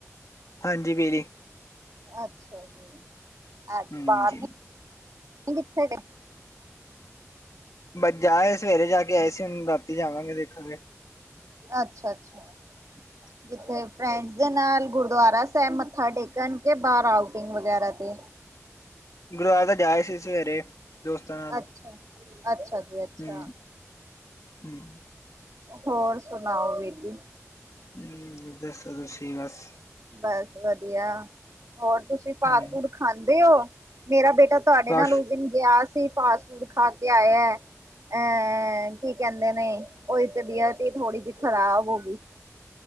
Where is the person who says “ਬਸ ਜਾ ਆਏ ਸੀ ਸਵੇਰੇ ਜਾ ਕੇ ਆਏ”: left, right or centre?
Left